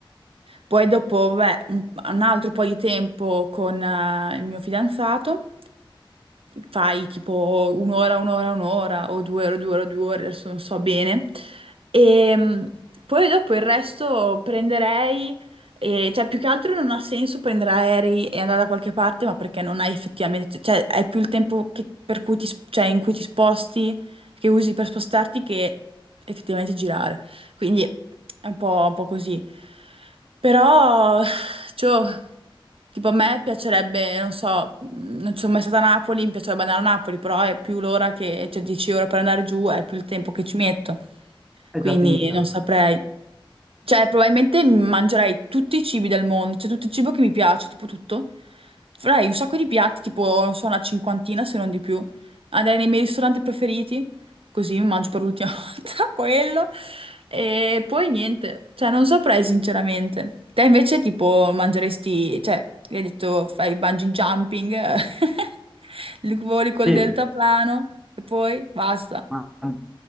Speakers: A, on the right (about 85°); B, in the centre.
A: Poi dopo, beh, un, un altro po' di tempo con eh, il mio fidanzato, fai tipo un'ora, un'ora, un'ora, o due ore, due ore, due ore, adesso non so bene. E mh, poi dopo il resto prenderei, e- cioè più che altro non ha senso prendere aerei e andare da qualche parte, ma perché non hai effettivamente, cioè hai più il tempo che- per cui ti, sp- cioè, in cui ti sposti, che usi per spostarti, che effettivamente girare. Quindi è un po', un po' così. Però, cioè, tipo a me piacerebbe, non so, mh, non sono mai stata a Napoli, mi piacerebbe andare a Napoli, però è più l'ora che, cioè 10 ore per andare giù, è più il tempo che ci metto.
B: È
A: Quindi
B: già finita.
A: non saprei. Cioè, probabilmente mangerei tutti i cibi del mondo, cioè tutto il cibo che mi piace, tipo tutto. Farei un sacco di piatti, tipo, non so, una cinquantina se non di più. Andrei nei miei ristoranti preferiti, così mi mangio per l'ultima <laughs> volta quello. E poi niente, cioè non saprei sinceramente. Te invece tipo mangeresti, cioè, hai detto fai bungee jumping, <laughs> il- voli col
B: Sì,
A: deltaplano e poi basta.
B: Ma-